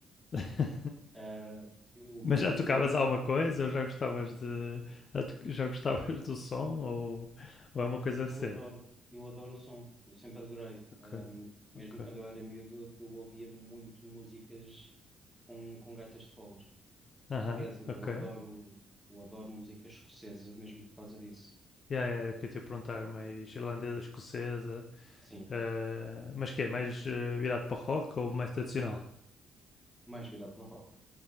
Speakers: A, on the left; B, in the centre.
A: <laughs>
B: Ah, eu- o meu
A: Mas já tocavas
B: cabelo
A: alguma coisa ou já gostavas de... já, to- já gostavas do som ou, ou é uma coisa recente?
B: Eu adoro, eu adoro o som, eu sempre adorei.
A: Ok,
B: Ahm, mesmo
A: ok.
B: quando eu era miúdo, eu ouvia muito músicas com, com gaitas de foles.
A: Aham,
B: Aliás, eu
A: ok.
B: adoro, eu adoro música escocesa mesmo por causa disso.
A: Yeah, era o que eu te ia perguntar, mais irlandesa, escocesa,
B: Sim,
A: eh, mas que é, mais eh, virado para o rock ou mais tradicional?
B: mais virado para o rock.